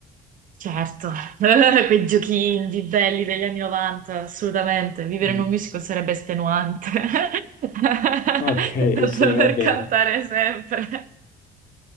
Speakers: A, on the right; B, on the left.
A: Certo, <laughs> quei giochi indie belli degli anni 90, assolutamente. Vivere
B: Mm,
A: in un musical sarebbe estenuante <laughs>
B: Ok, sì,
A: dover
B: va bene.
A: cantare sempre.